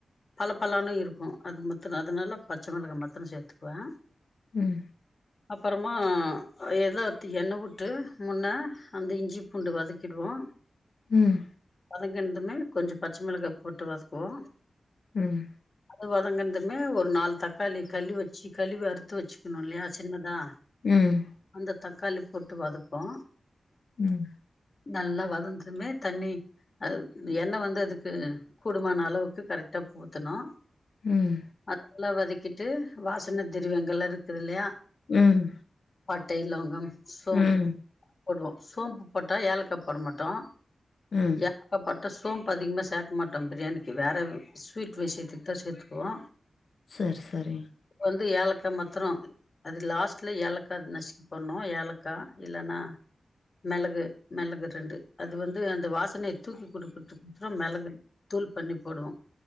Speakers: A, on the left; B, on the left.
A: பளபளன்னு இருக்கு அது மத்துரு அதுனால பச்ச மெளகா மத்ரு சேத்துக்குவ
B: ம்
A: அப்பறமா எத ஒத்தி எண்ண உட்டு முன்ன அந்த இஞ்சி பூண்டு வதக்கிடுவோ
B: ம்
A: வதங்கன்துமே கொஞ்சு பச்ச மெளகா போட்டு வதக்குவோ
B: ம்
A: அது வதங்கன்துமே ஒரு நால் தக்காளி கழுவ் வச்சு கழுவி அறுத்து வச்சுக்குணு இல்லயா சின்னதா
B: ம்
A: அந்த தக்காளி போட்டு வதப்போ
B: ம்
A: நல்லா வதந்துமே தண்ணி அ எண்ண வந்து அதுக்கு கூடுமான அளவுக்கு கரெட்டா ஊத்தணு
B: ம்
A: அதெல்லா வதக்கிட்டு வாசன திருவியங்கல்லா இருக்குது இல்லயா
B: ம்.
A: பட்டை லவங்கம் சோம்
B: ம்.
A: போடுவோ சோம்பு போட்டா ஏலகாய் போட மாட்டோ
B: ம்.
A: ஏலக்கா போட்டா சோம்ப் அதிகுமா சேக்க மாட்டோ பிரியாணிக்கு வேறவ் ஸ்வீட் விஷயத்துக்குதா சேத்துக்குவோ
B: சர் சரி
A: வந்து ஏலக்கா மத்துரு அது லாஸ்ட்ல ஏலக்கா நசிக்கு போட்னு ஏலக்கா இல்லனா மெளகு மெளகு ரெண்டு அதுவ து அந்த வாசனைய தூக்கி குடுக்கறதுக்கு அப்பொறம் மெளகு தூள் பண்ணி போடுவோ